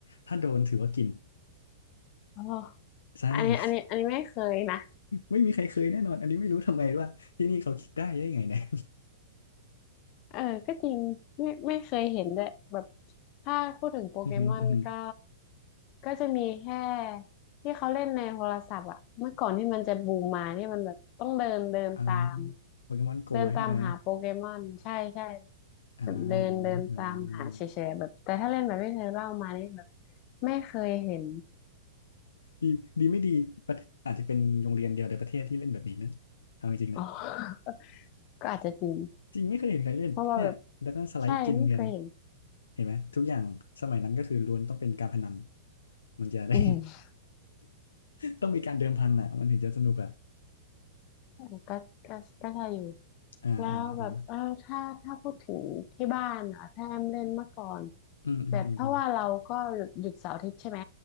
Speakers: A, on the left; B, on the left.
A: ถ้าโดนถือว่ากิน
B: อ๋อ
A: ใช่
B: อันนี้อันนี้อันนี้ไม่เคยนะ
A: <laughs> ไม่มีใครเคยแน่นอน อันนี้ไม่รู้ทำไมว่าที่นี่เขาคิดได้ได้ไงเนี่ย
B: เออก็จริงไม่ไม่เคยเห็นด้วยแบบถ้าพูดถึงโปเกมอนก็
A: <laughs> อือหืออือหือ
B: ก็จะมีแค่ที่เขาเล่นในโทรศัพท์อะเมื่อก่อนที่มันจะบูมมานี่มันแบบต้องเดินเดินตาม
A: อ่าโปเกมอนโกใช่ไหม
B: เดินตามหาโปเกมอนใช่ใช่
A: อ่า
B: แบบเดินเดินตามหาเฉยๆแบบแต่ถ้าเล่นแบบที่เธอเล่ามานี่แบบ
A: อ่าอ่า
B: ไม่เคยเห็น
A: ดีดีไม่ดีประเทศอาจจะเป็นโรงเรียนเดียวในประเทศที่เล่นแบบนี้นะเอาจริงๆนะ
B: อ๋อ <laughs> ก็อาจจะจริง
A: จริงไม่เคยเห็นใครเล่นเนี่ยแล้วก็สไลด์กินเงิน
B: เพราะว่าแบบใช่ไม่เคยเห็น
A: เห็นไหม ทุกอย่าง สมัยนั้นก็คือล้วนต้องเป็นการพนันมันจะได้
B: อืม
A: <laughs> ต้องมีการเดิมพันอ่ะมันถึงจะสนุกอ่ะ
B: อืมก็ก็ก็ใช่อยู่
A: อ่าอ่าอ่า
B: แล้วแบบเออถ้าถ้าพูดถึงที่บ้านอ่ะถ้าแอมเล่นเมื่อก่อน
A: อืมอืมอืมอืม
B: แบบถ้าว่าเราก็หยุดหยุดเสาร์อาทิตย์ใช่ไหม